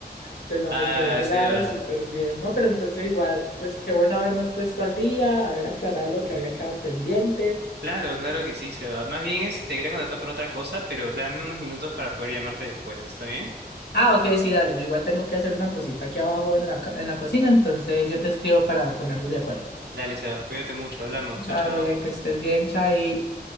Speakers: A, on the left; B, on the right.
A: Entonces, no,
B: Ah,
A: pues por ese
B: Sebas.
A: lado, súper bien, ¿no? Pero entonces igual, pues qué bueno habernos puesto al día, haber aclarado lo que había quedado pendiente.
B: Claro, claro que sí, Sebas. Más bien este, te quería contratar por otra cosa, pero dame unos minutos para poder llamarte después, ¿está bien?
A: Ah, ok, sí, dale, yo igual tengo que hacer una cosita aquí abajo en la, ca- en la cocina, entonces yo te escribo para ponernos de acuerdo.
B: Dale, Sebas, cuídate mucho, hablamos.
A: Vale,
B: Chao, chao.
A: que estés bien, Chai.